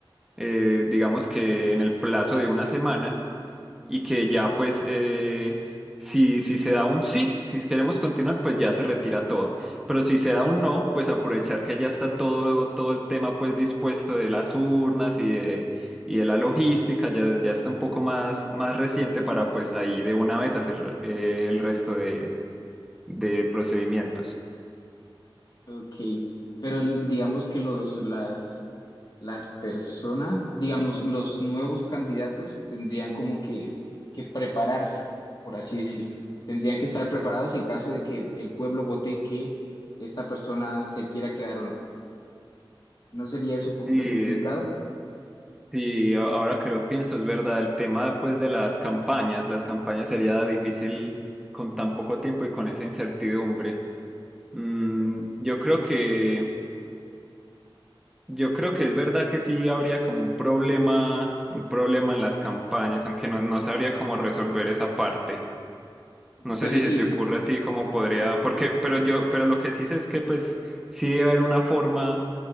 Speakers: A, in the centre; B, on the left (about 50°).
A: eh, digamos que en el plazo de una semana, y que ya pues eh, si, si se da un sí, si queremos continuar, pues ya se retira todo. Pero si se da un no, pues aprovechar que ya está todo, todo el tema pues dispuesto de las urnas y de, y de la logística, ya, ya está un poco más, más reciente para pues ahí de una vez hacer eh, el resto de, de procedimientos.
B: Ok, pero l- digamos que los, las, las personas, digamos, los nuevos candidatos tendrían como que, que prepararse, por así decirlo. Tendrían que estar preparados en caso de que es- el pueblo vote que esta persona se quiera quedar o no. ¿No sería eso un poquito
A: Sí,
B: complicado?
A: Sí, a- ahora que lo pienso, es verdad, el tema pues de las campañas, las campañas sería difícil con tan poco tiempo y con esa incertidumbre. Mm, yo creo que, yo creo que es verdad que sí habría como un problema, un problema en las campañas, aunque no, no sabría cómo resolver esa parte. No sé
B: Pero
A: si
B: sí,
A: se te ocurre a ti cómo podría, porque, pero yo, pero lo que sí sé es que pues sí debe haber una forma,